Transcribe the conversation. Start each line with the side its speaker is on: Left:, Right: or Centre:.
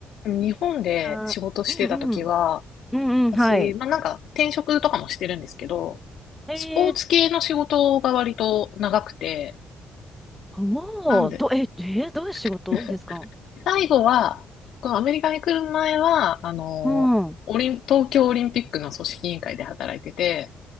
Left: 日本で仕事してた時は、
Centre: あ、うんうん。うんうん、
Left: 私、
Centre: はい。
Left: まあなんか転職とかもしてるんですけど、
Centre: えー、
Left: スポーツ系の仕事が割と長くて、
Centre: あもう、
Left: なんで、
Centre: ど、え、え、どういう仕事ですか
Left: <laughs> 最後は、このアメリカに来る前は、あの、
Centre: うん。
Left: オリン、東京オリンピックの組織委員会で働いてて、